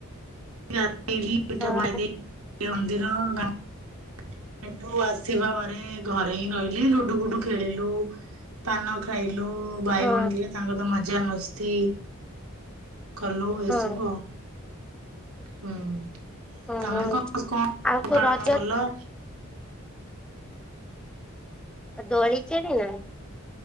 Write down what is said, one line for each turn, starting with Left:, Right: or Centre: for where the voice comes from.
Right: <unintelligible> ସେଠୁ
Centre: ହଁ
Right: ଆସିବା ପରେ ଘରେ ହିଁ ରହିଲି ଲୁଡୁ ଫୁଡୁ ଖେଳିଲୁ। ପାନ ଖାଇଲୁ ଭାଇ
Centre: ହଁ
Right: ଭଉଣୀ ଥିଲେ ତାଙ୍କ ସହିତ ମଜା ମସ୍ତି କଲୁ
Centre: ହଁ
Right: ଏ ସବୁ ଆଉ। ହୁଁ
Centre: ହଁ
Right: ତମେ
Centre: ହଁ
Right: କଣ କଣ
Centre: ଆଉ କୋଉ
Right: ପାଳନ
Centre: ରଜ
Right: କଲ?
Centre: ଦୋଳି ଖେଳି ନା?